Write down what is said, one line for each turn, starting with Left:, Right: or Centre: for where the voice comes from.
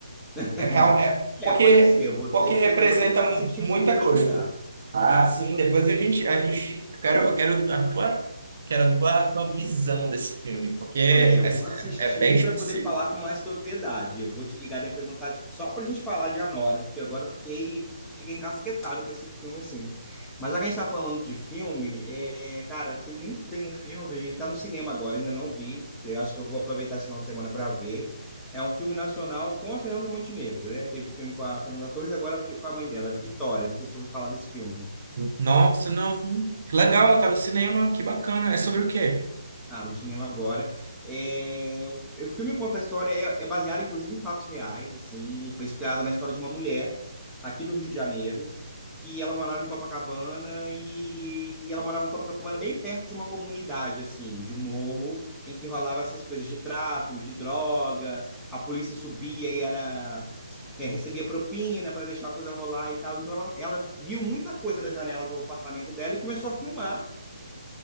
Centre: <laughs>
Right: É real, é- porque,
Centre: É, pode ser. Eu vou
Right: porque
Centre: ter que,
Right: representa
Centre: eu vou ter que assistir
Right: mu- muita
Centre: o filme para
Right: coisa.
Centre: julgar.
Right: Ah, sim, depois a gente, a gente, quero, eu quero a tua, quero a tua, a tua visão desse filme, porque é,
Centre: É, eu
Right: é,
Centre: vou assistir
Right: é bem específico.
Centre: para poder falar com mais propriedade. Eu vou te ligar depois mais tarde só para a gente falar de Anora, porque agora eu fiquei, fiquei encasquetado com esse filme assim. Mas já que a gente está falando de filme, é, cara, tem muito tem um filme, ele está no cinema agora, ainda não vi. Eu acho que eu vou aproveitar esse final de semana para ver. É um filme nacional com a Fernanda Montenegro, né? Teve filme com a Fernanda Torres, agora fi- com a mãe dela, Vitória. Não sei se você ouviu falar desse filme.
Right: Nossa, não. Que legal, ela tá no cinema, que bacana. É sobre o quê?
Centre: Ah, no cinema agora. É, o, o filme conta a história, é, é baseado inclusive em fatos reais, assim, e foi inspirado na história de uma mulher aqui do Rio de Janeiro, que ela morava em Copacabana e, e ela morava em Copacabana bem perto de uma comunidade, assim, de um morro em que rolava essas coisas de tráfico, de drogas, a polícia subia e era é, recebia propina para deixar a coisa rolar e tal. Então ela, ela viu muita coisa da janela do apartamento dela e começou a filmar